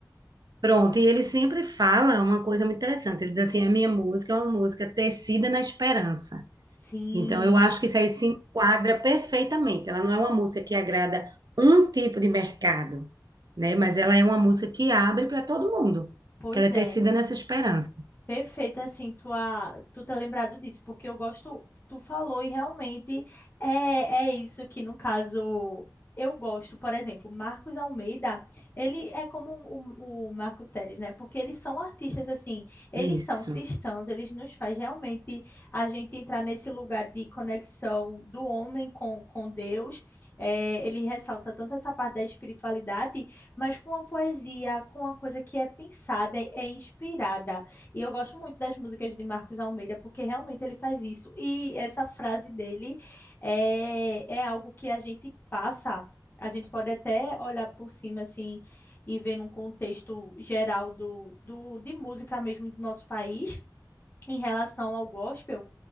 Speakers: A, on the right; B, on the left.
A: pronto, e ele sempre fala uma coisa muito interessante, ele diz assim, a minha música é uma música tecida na esperança,
B: Sim,
A: então eu acho que isso aí se enquadra perfeitamente, ela não é uma música que agrada um tipo de mercado, né, mas ela é uma música que abre para todo mundo,
B: pois
A: que ela é tecida
B: é.
A: nessa esperança,
B: Perfeita, assim, tua, tu ter lembrado disso, porque eu gosto, tu falou e realmente é, é isso que, no caso, eu gosto. Por exemplo, Marcos Almeida, ele é como o, o Marco Teles, né? Porque eles são artistas, assim, eles
A: É isso,
B: são cristãos, eles nos faz realmente a gente entrar nesse lugar de conexão do homem com, com Deus. É, ele ressalta tanto essa parte da espiritualidade, mas com a poesia, com a coisa que é pensada, é é inspirada. E eu gosto muito das músicas de Marcos Almeida, porque realmente ele faz isso. E essa frase dele é, é algo que a gente passa. A gente pode até olhar por cima assim e ver num contexto geral do, do, de música mesmo do nosso país em relação ao gospel,